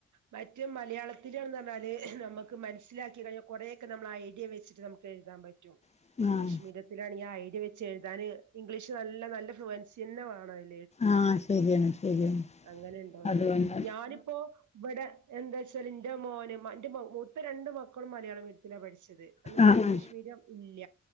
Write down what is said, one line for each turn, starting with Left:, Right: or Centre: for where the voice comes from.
Right: മറ്റ മലയാള <unintelligible> റഞ്ഞാല് നമക്ക് <unintelligible> സിലാക്കഴിഞ്ഞ കുറേൊക്കെ നമ്മളെ ഐഡിയ വെച്ച് നമക്ക് എഴുതാൻ പറ്റും
Left: ആഹ്
Right: ഇംഗ്ലീഷ്
Left: ആഹ്
Right: മീഡിയത്തിലാണ് ഐ ഇ വെച്ച് എഴുതാന് ഇംഗ്ലീഷ് നല്ല നല്ല ഫ്രൂവൻസിയന്നെ വേണ <inaudible>
Left: ആഹ് ശരിയാണ് ശരിയാണ്
Right: അങ്ങനെണ്ടോന്ന്
Left: അതുകൊണ്ട്
Right: ഞാനിപ്പോ ഇവിടെ എന്താ വെച്ചാൽ ന്റെ മോന് മ ന്റെമ മൂത്ത രണ്ട് മ ക്കളും മലയാള മിഡിയത്തില്ല പഠ്ച്ച് ത് അന്ന് വടെ
Left: ആഹ്
Right: ഇംഗ്ലീഷ് മീഡിയം ഇല്ല